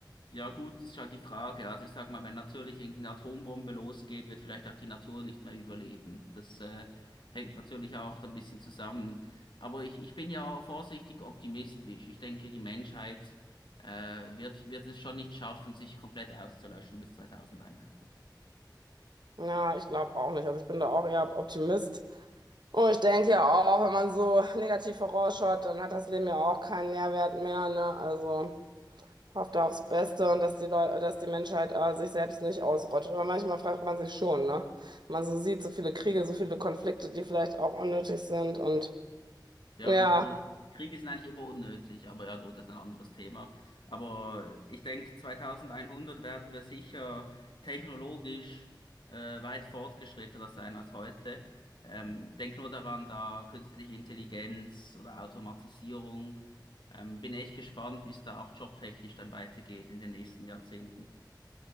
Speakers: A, on the left (about 85°); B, on the right (about 70°).
A: Ja gut, ist halt die Frage. Also ich sag mal, wenn natürlich irgendeine Atombombe losgeht, wird vielleicht auch die Natur nicht mehr überleben. Das äh, hängt natürlich auch ein bisschen zusammen. Aber ich, ich bin ja vorsichtig optimistisch. Ich denke, die Menschheit äh, wird, wird es schon nicht schaffen, sich komplett auszulöschen bis 2100.
B: Ja, ich glaube auch nicht. Also ich bin da auch eher Optimist. Und ich denke ja auch, wenn man so negativ vorausschaut, dann hat das Leben ja auch keinen Nährwert mehr, ne? Also. hofft da aufs Beste und dass die Leute, dass die Menschheit äh, sich selbst nicht ausrottet. Aber manchmal fragt man sich schon, ne? Wenn man so sieht, so viele Kriege, so viele Konflikte, die vielleicht auch unnötig sind und
A: Ja,
B: ja,
A: gut, Krieg. Kriege sind eigentlich immer unnötig, aber ja, gut, das ist ein anderes Thema. Aber ich denke, 2100 werden wir sicher technologisch äh, weit fortgeschrittener sein als heute. Ähm, denk nur daran, da künstliche Intelligenz oder Automatisierung. Ähm, bin echt gespannt, wie es da auch jobtechnisch dann weitergeht in den nächsten Jahrzehnten.